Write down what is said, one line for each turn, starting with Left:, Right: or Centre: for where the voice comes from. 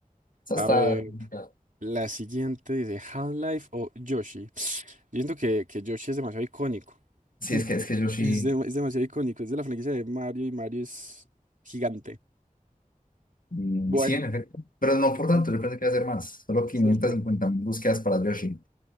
Left: esa
Right: A
Left: está
Right: ver,
Left: complicada.
Right: la siguiente dice Half-Life o Yoshi. Yo siento que, que Yoshi es demasiado icónico.
Left: Sí,
Right: <laughs>
Left: es que, es que yo sí,
Right: Es, dem- es demasiado icónico. Es de la franquicia de Mario y Mario es gigante.
Left: y,
Right: Bueno,
Left: sí, en efecto. Pero no
Right: gigante,
Left: por tanto, yo pensé que iba a hacer más. Solo quinientas
Right: ¿cierto?
Left: cincuenta mil búsquedas para Yoshi.